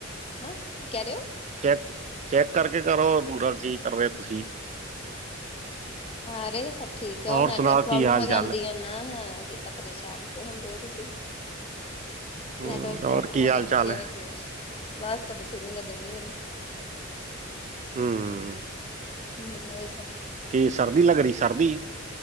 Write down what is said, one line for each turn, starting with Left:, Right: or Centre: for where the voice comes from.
Left: ਹਾ, ਕੀ ਕਹਿ ਰਹੇ ਹੋ?
Right: ਚੈੱਕ ਚੈੱਕ ਕਰਕੇ ਕਰੋ ਪੂਰਾ, ਕੀ ਕਰ ਰਹੇ ਤੁਸੀਂ
Left: ਅਰੇ ਸਭ ਠੀਕ ਆ,
Right: ਹੋਰ
Left: ਉਹ ਨੈਟਵਰਕ
Right: ਸੁਣਾਓ
Left: ਪ੍ਰੋਬਲਮ
Right: ਕੀ ਹਾਲ
Left: ਹੋ ਜਾਂਦੀ
Right: ਚਾਲ ਹੈ
Left: ਨਾ ਕੀਤਾ, ਪਰੇਸ਼ਾਨ ਕਿਉਂ ਹੁੰਦੇ ਹੋ ਤੁਸੀਂ ਨੈਟਵਰਕ
Right: ਹਮ ਹੋਰ
Left: ਪ੍ਰੋਬਲਮ
Right: ਕੀ
Left: ਹੋ
Right: ਹਾਲ
Left: ਜਾਂਦੀ
Right: ਚਾਲ
Left: ਹੈ ਵਿਚ ਵਿਚ, ਬਸ ਤਬੀਅਤ ਠੀਕ ਨੀ ਲੱਗਣ ਰਹੀ ਮੇਰੀ
Right: ਹੰਮ
Left: ਮੈਨੂੰ ਉਹੀ ਸਰਦੀ
Right: ਕਿ ਸਰਦੀ ਲੱਗ ਰਹੀ, ਸਰਦੀ